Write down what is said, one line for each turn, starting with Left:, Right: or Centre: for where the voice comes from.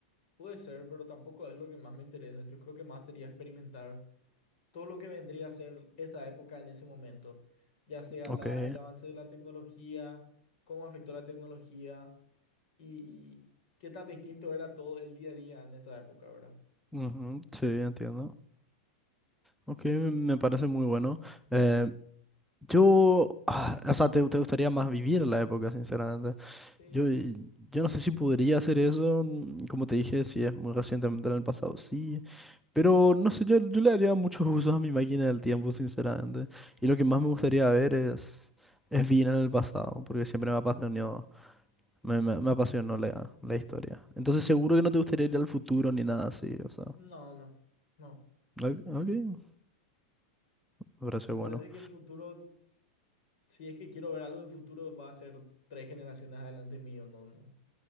Left: Puede ser, pero tampoco es lo que más me interesa. Yo creo que más sería experimentar todo lo que vendría a ser esa época en ese momento. Ya sea
Centre: ok.
Left: la, el avance de la tecnología, cómo afectó la tecnología y, y qué tan distinto era todo el día a día en esa época, ¿verdad?
Centre: ujú, sí, entiendo. Ok, me me parece muy bueno. Eh, yo, ah, o sea, te, te gustaría más vivir la época, sinceramente.
Left: Sí.
Centre: Yo, y- yo no sé si podría hacer eso, mm, como te dije, si es muy recientemente en el pasado, sí. Pero no sé, yo, yo le haría muchos usos a mi máquina del tiempo, sinceramente. Y lo que más me gustaría ver es, es bien en el pasado, porque siempre me ha apasionado Me, me, me apasionó la, la historia. Entonces seguro que no te gustaría ir al futuro ni nada así, o sea.
Left: No, no, no.
Centre: Ok, ok, me parece
Left: Me
Centre: bueno.
Left: parece que el futuro, si es que quiero ver algo del futuro, va a ser tres generaciones adelante mío. No, no,